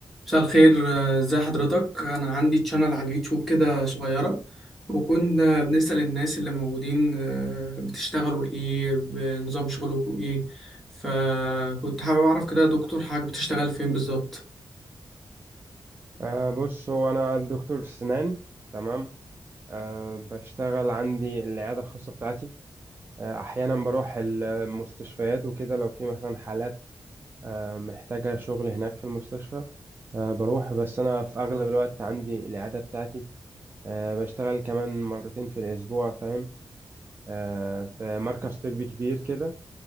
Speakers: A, in the centre; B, on the right.
A: مساء الخير آه، ازي حضرتك انا عندي تشانل على اليوتيوب كده صغيرة وكنا بنسأل الناس اللي موجودين آه، بتشتغلوا ايه بنظام شغلكم ايه فكنت حابب اعرف كده يا دكتور حضرتك بتشتغل فين بالظبط
B: أه بص هو أنا دكتور سنان تمام أه بشتغل عندي العيادة الخاصة بتاعتي أه أحيانا بروح المستشفيات وكده لو في مثلا حالات أه محتاجة شغل هناك في المستشفى أه بروح بس أنا في أغلب الوقت عندي العيادة بتاعتي أه بشتغل كمان مرتين في الأسبوع فاهم أه في مركز طبي كبير كده